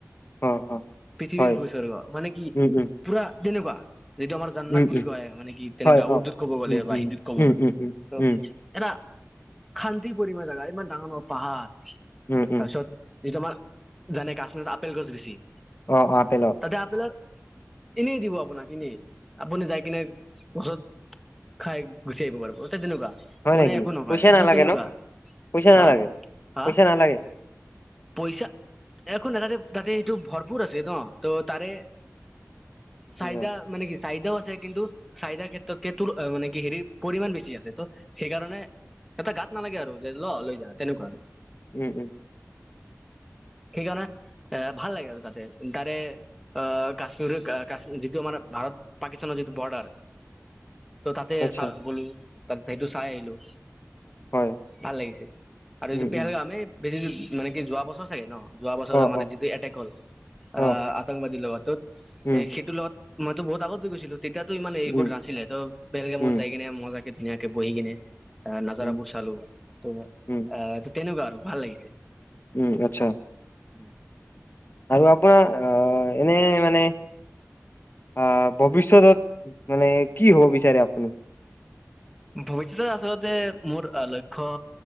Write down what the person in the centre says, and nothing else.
পৃথিৱীৰ
ভূস্বৰ্গ মানে কি
পুৰা তেনোকা যিটো আমাৰ জান্নাত
বুলি
কয় মানে কি তেনেকুৱা
উৰ্দুত ক'ব গ'লে
বা
হিন্দীত ক'ব
গ'লে।
ত'
এটা শান্তি পৰিময় জাগা ইমান ডাঙ দ' পাহাৰ, তাৰপিছত
যিটো আমাৰ জানে কাশ্মীৰত আপেল গছ বেছি।
তাতে আপেলৰ এনেই দিব আপোনাক এনেই। আপুনি যায় কিনে গছত খাই গুচি আহিব পাৰব, তে তেনেকুৱা
মানে
একো নকয়।
তেনেকুৱা
হা
হা
পইচা? এখো নাই, তাতে তাতে এইটো ভৰপৰ আছে ন', ত' তাৰে চাইতা,
মানে কি চাইতাও আছে কিন্তু চাইদাৰ ক্ষেত্ৰত কে তুল মানে কি হেৰিৰ পৰিমাণ বেছি আছে ত', সেইকাৰণে এটা গাত নালাগে আৰু যে ল' লৈ যা তেনেকুৱা।
সেইকাণে এ ভাল লাগে আৰু তাতে গাৰে আ, কাশ্মীৰ' কাশ যিটো আমাৰ ভাৰত পাকিস্তানৰ যিটো বৰ্ডাৰ ত' তাতে
চা গ'লো, তাত সেইটো চাই আহিলোঁ।
ভাল লাগিছে আৰু
যি পেহেলগাম
এ <unintelligible> মানে কি যোৱা বছৰ চাগে ন'। যোৱা বছৰযে
আমাৰ
এটিত যিটো এটেক হ'ল,
আ আতংকবাদীৰ লগত
ত' সেইটোৰ লগত মইতো বহুত আগত গৈছিলোঁ, তেতিয়াতো ইমান এইবোৰ
নাছিলে, ত' পেহেলগামত
যায় কিনে মজা কে ধুনীয়াকে বহি কিনে আ নাজাৰাবোৰ
চালো। ত'
আ তেনেকুৱা আৰু ভাল লাগিছে।
উম
ভৱিষ্যতে আচলতে মোৰ লক্ষ্য